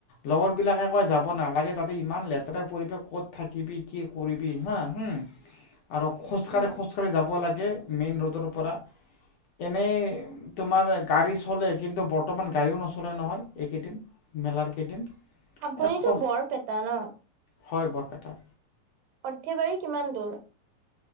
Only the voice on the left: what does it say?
লগৰ বিলাকে কয়, যাব নালাগে তাতে ইমান লেতেৰা পৰিবেশ ক'ত থাকিবি কি কৰিবি হা, হম'। আৰু খোজ
কাঢ়ি খোজ কাঢ়ি যাব লাগে। লাগে মেন ৰদৰ পৰা। চলে। কিন্তু বৰ্তমান গাড়ীও নচলে নহয়, এইকেইদিন মেলাৰ কেইদিন।
এ খ
হয় বৰপেটা।